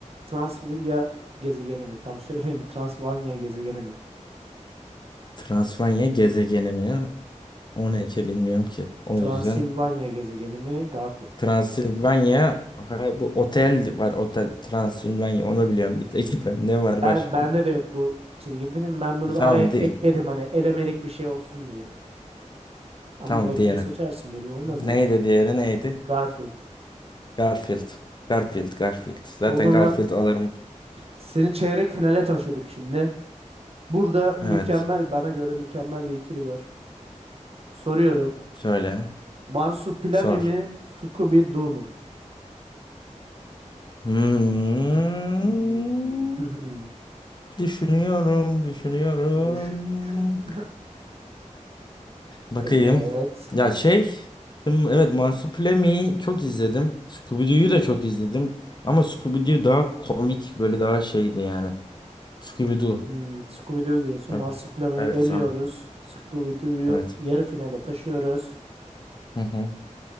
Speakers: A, on the right (about 50°); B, on the left (about 35°).
A: Transvilya gezegeni mi? Tam <laughs> söyleyeyim. Transvanya gezegeni mi?
B: Transvanya gezegeni mi? O ne ki bilmiyorum ki. O
A: Transilvanya
B: yüzden
A: gezegeni mi? Garfield
B: Transilvanya
A: mı?
B: ha, bu otel var otel Transilvanya onu biliyorum bir tek <laughs> Ne var
A: Ben
B: başka?
A: bende de yok bu çizgi film. Ben bunu
B: Tamam
A: araya
B: di.
A: ekledim hani elemelik bir şey olsun diye. Ama
B: Tamam
A: belki
B: diğeri.
A: de seçersin belli olmaz
B: Neydi
A: yani.
B: diğeri neydi?
A: Garfield.
B: Garfield. Garfield, Garfield. Zaten
A: O zaman
B: Garfield alırım.
A: seni çeyrek finale taşıdık şimdi. Burada mükemmel
B: Evet.
A: bana göre mükemmel bir ikili var. Soruyorum.
B: Söyle.
A: Marsupilami
B: Sor.
A: mi? Scooby-Doo mu?
B: Hmm.
A: Hmm.
B: Düşünüyorum, düşünüyorum.
A: <laughs> Düşün düşün.
B: Bakayım.
A: Evet.
B: Ya şey, hmm, evet Marsupilami çok izledim. Scooby-Doo'yu da çok izledim. Ama Scooby-Doo daha komik, böyle daha şeydi yani. Scooby-Doo.
A: Hmm, Scooby-Doo diyorsun.
B: Evet.
A: Marsupilami'yi
B: Evet,
A: eliyoruz.
B: sağ ol.
A: Scooby-Doo'yu
B: Evet.
A: yarı finale taşıyoruz.
B: Hı hı.